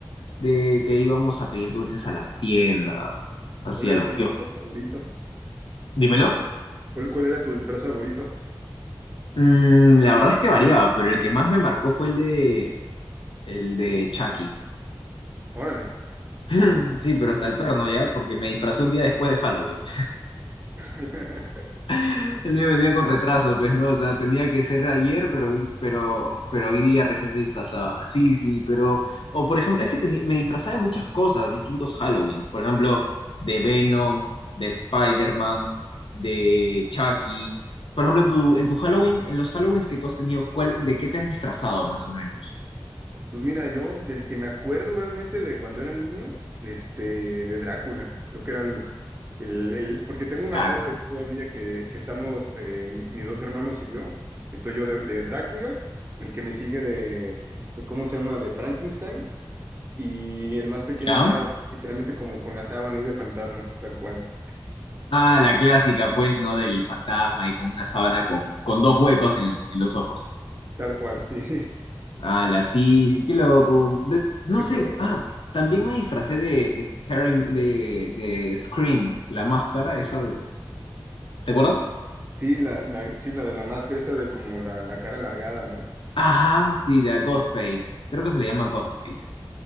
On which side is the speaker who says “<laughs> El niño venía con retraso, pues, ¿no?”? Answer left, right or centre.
Left